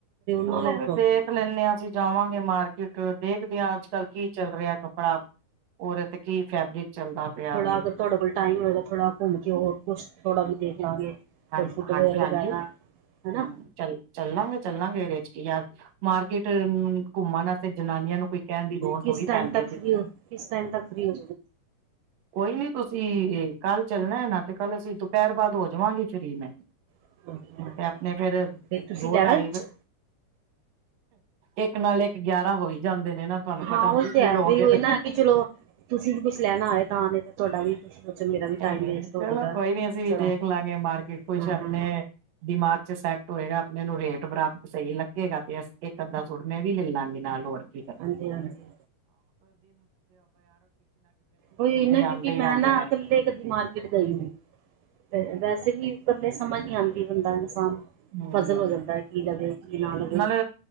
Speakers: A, on the right (about 65°); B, on the right (about 80°).
A: ਚਲੋ
B: ਨਾਲ ਇਹ
A: ਫਿਰ
B: ਪ੍ਰੋਬਲਮ
A: ਦੇਖ
B: ਆਉਂਦੀ
A: ਲੈਂਦੇ
B: ਹੈ
A: ਹਾਂ ਅਸੀਂ ਜਾਵਾਂਗੇ ਮਾਰਕੀਟ ਦੇਖਦੇ ਹਾਂ ਅੱਜ ਕੱਲ੍ਹ ਕੀ ਚੱਲ ਰਿਹਾ ਕੱਪੜਾ ਰੇ ਤੇ ਕੀ ਫੈਬਰਿਕ ਚੱਲਦਾ ਪਿਆ
B: ਥੋੜਾ
A: ਵੇ
B: ਅਗਰ ਤੁਹਾਡੇ ਕੋਲ ਟਾਈਮ ਹੋਏਗਾ ਥੋੜਾ ਘੁੰਮ ਕੇ ਹੋਰ ਕੁ ਥੋੜਾ ਵੀ ਦੇਖ ਲਾਂਗੇ
A: ਹਾਂ
B: ਕੋਈ ਫੁੱਟਵੇਅਰ
A: ਹਾਂਜੀ ਹਾਂਜੀ
B: ਵਗੈਰਾ ਹਨਾ
A: ਹਮ ਚੱਲ ਚੱਲਾਂਗੇ ਚੱਲਾਂਗੇ ਇਹਦੇ ਚ ਕੀ ਯਾਰ ਮਾਰਕੀਟ ਘੁੰਮਣ ਵਾਸਤੇ ਜਨਾਨੀਆਂ ਨੂੰ ਕੋਈ ਕਹਿਣ ਦੀ ਲੋੜ
B: ਕਿਸ
A: ਥੋੜ੍ਹੀ
B: ਟਾਈਮ
A: ਪੈਂਦੀ
B: ਤੱਕ ਫ
A: ਹੈ
B: ਕਿਸ ਟਾਈਮ ਤੱਕ ਫ੍ਰੀ ਹੋ
A: ਕੋਈ ਨੀ ਤੁਸੀਂ ਕੱਲ ਚੱਲਣਾ ਹੈ ਨਾ ਤੇ ਕੱਲ ਅਸੀਂ ਦੁਪਹਿਰ ਬਾਅਦ ਹੋ ਜਾਵਾਂਗੇ <unintelligible>
B: ਤੁਸੀਂ
A: ਤੇ ਆਪਣੇ ਫਿਰ
B: ਫਿਰ ਤੁਸੀਂ
A: ਦੋ
B: ਲੈਣਾ
A: ਢਾਈਵ
B: ਕੁਛ
A: ਇੱਕ ਨਾਲ ਇੱਕ ਗਿਆਰਾਂ ਹੋ ਹੀ ਜਾਂਦੇ ਨੇ ਨਾ ਤੁਹਾਨੂੰ ਪਤਾ
B: ਹਾਂ
A: ਹੁਣ
B: ਉਹ
A: ਤੁਸੀਂ
B: ਤੇ ਹੈ
A: ਲੋਗੇ
B: ਵੀ ਉਹ
A: ਤੇ
B: ਨਾ ਹੈ ਕਿ ਚਲੋ ਤੁਸੀਂ ਵੀ ਕੁਛ ਲੈਣਾ ਆਏ ਤਾਂ ਨੇ ਤੇ ਤੁਹਾਡਾ ਵੀ ਸੋਚੋ ਮੇਰਾ ਵੀ ਟਾਈਮ
A: ਨਹੀਂ ਨਹੀਂ
B: ਵੇਸਟ ਹੋ
A: ਚਲੋ
B: ਜਾਏਗਾ
A: ਕੋਈ ਨੀ ਅਸੀਂ ਵੀ
B: ਥੋੜਾ
A: ਦੇਖ ਲਾਂਗੇ ਮਾਰਕੀਟ ਕੁਛ
B: ਹਾਂ
A: ਆਪਣੇ
B: ਹਾਂ
A: ਦਿਮਾਗ ਚ ਸੈੱਟ ਹੋਏਗਾ ਆਪਣੇ ਨੂੰ ਰੇਟ ਬਰਾਬ ਸਹੀ ਲੱਗੇਗਾ ਤੇ ਇੱਕ ਅੱਧਾ ਸੂਟ ਮੈਂ ਵੀ ਲੈ ਲਾਂਗੀ ਨਾਲ ਹੋਰ <unintelligible>
B: ਹਾਂਜੀ ਹਾਂਜੀ ਕੋਈ ਈ ਨਾ ਕਿਉਂਕਿ
A: ਆਉਂਦੇ ਹੀ
B: ਮੈਂ
A: ਰਹਿੰਦੇ
B: ਨਾ
A: ਨੇ
B: ਇਕੱਲੇ ਕਦੀ ਮਾਰਕੀਟ ਗਈ ਤੇ ਵੈਸੇ ਵੀ ਇਕੱਲੇ ਸਮਝ ਨੀ ਆਉਂਦੀ ਬੰਦਾ ਇਨਸਾਨ
A: ਹਮ
B: ਪਜ਼ਲ ਹੋ ਜਾਂਦਾ ਹੈ ਕੀ ਲਵੇ ਕੀ ਨਾ ਲਵੇ
A: ਨਾਲੇ